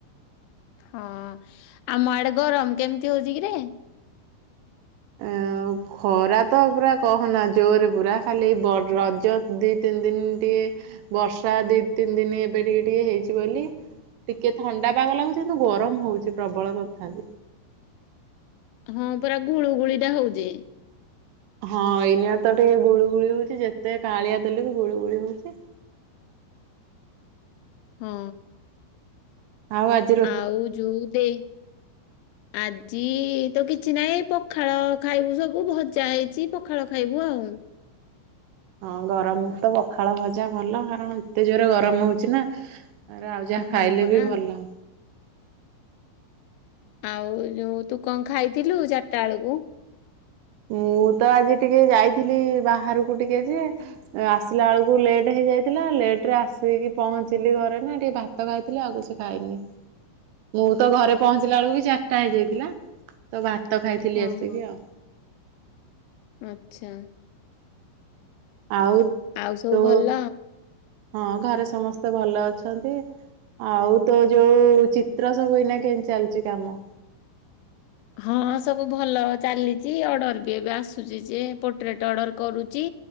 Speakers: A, on the left (about 90°); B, on the right (about 80°).
A: ହଁ ଆମ ଆଡ଼େ ଗରମ୍ କେମିତି ହଉଛି କିରେ?
B: ଏଁଆଉ ଖରା ତ ପୁରା କହନା ଜୋରେ ପୁରା ଖାଲି ବଡ଼୍ ରଜ ଦି ତିନ୍ ଦିନ୍ ତିଏ ବର୍ଷା ଦି ତିନ୍ ଦିନି ଏବେ ଟିକେ ଟିକେ ହେଇଛି ବୋଲି ଟିକେ ଥଣ୍ଡା ପାଗ ଲାଗୁଚି କିନ୍ତୁ ଗରମ୍ ହଉଛି ପ୍ରର୍ବଳ ତଥାପି।
A: ହଁ ପରା ଗୁଳୁ ଗୁଳି ଟା ହଉଚି।
B: ହଁ ଏଇନିଆଁ ତ ଟିକେ ଗୁଳୁ ଗୁଳି ହଉଛି ଯେତେ କାଳିଆ ଦେଲେ ବି ଗୁଳୁ ଗୁଳି ହଉଛି।
A: ହଁ।
B: ଆଉ ଆଜ୍
A: ଆଉ ଯୋଉ ଦେ। ଆଜି ତ କିଛି ନହିଁ ପଖାଳ ଖାଇବୁ ସବୁ ଭଜା ହେଇଚି ପଖାଳ ଖାଇବୁ ଆଉ।
B: ହଁ ଗରମୁକୁ ତ ପଖାଳ ଭଜା ଭଲ କାରଣ ଏତେ ଜୋର ଗରମ ହଉଛି ନାଁ। ଆରେ ଆଉ ଯାହା
A: ହଁ
B: ଖାଇଲେ
A: ପରା
B: ବି ଭଲ।
A: ଆଉ ଯଉ ତୁ କଣ ଖାଇଥିଲୁ ଚାଟା ଆଳୁକୁ?
B: ମୁଁ ତ ଆଜି ଟିକେ ଯାଇଥିଲି ବାହାରୁକୁ ଟିକେ ଯିଏ। ଏଁ ଆସିଲା ଆଳୁକୁ ଲେଟ୍ ହେଇଯାଇଥିଲା ଲେଟ୍ ରେ ଆସିକି ପହଞ୍ଚିଲି ଘରେ ନା ଟିକେ ଦାଙ୍କ୍ ତ ଖାଇଥିଲେ ଆଉ କିଛି ଖାଇନି।
A: ଁ <inaudible>
B: ମୁଁ ତ ଘରେ ପହଞ୍ଚିଲା ଅଳୁକୁ ବି ଚାରିଟା ହେଇଯାଇଥିଲା ତ ଭାତ ଖାଇଥିଲି
A: ହଁ
B: ଆସିକି
A: ହଁ।
B: ଆଉ।
A: ଆଚ୍ଛା।
B: ଆଉ
A: ଆଉ ସବୁ
B: ତୋ?
A: ଭଲ?
B: ହଁ ଘରେ ସମସ୍ତେ ଭଲ ଅଛନ୍ତି। ଆଉ ତୋ ଯୋଉ ଚିତ୍ର ସବୁ ଏଇନାକେ ଚାଲିଛି କାମ।
A: ହଁ ସବୁ ଭଲ ଚାଲିଛି ଅର୍ଡର ବି ଏବେ ଆସୁଚି ଜେ ପୋଟ୍ରରେଟ ଅଡ଼ର କରୁଛି।